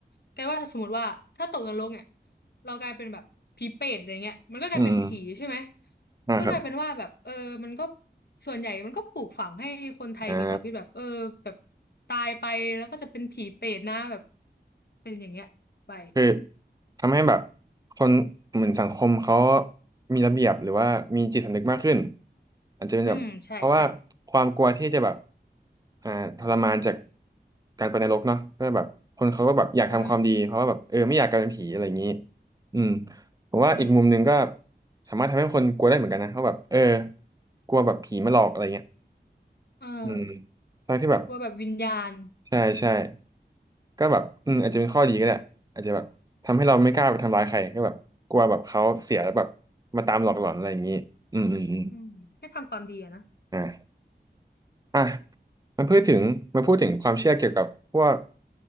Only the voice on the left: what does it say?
แกว่าสมมติว่าถ้าตกนรกเนี่ยเรากลายเป็นแบบผีเปรตอะไรเงี้ยมันก็กลายเป็นผีใช่ไหม
ก็กลายเป็นว่าแบบเออมันก็ส่วนใหญ่มันก็ปลูกฝังให้คนไทยมีความคิดแบบเออแบบ
ตายไปแล้วก็จะเป็นผีเปรตนะแบบเป็นอย่างเงี้ยไป
อืมใช่ใช่
ใช่
อืม
เออ
กลัวแบบวิญญาณ
อืมให้ทำความดีอะนะ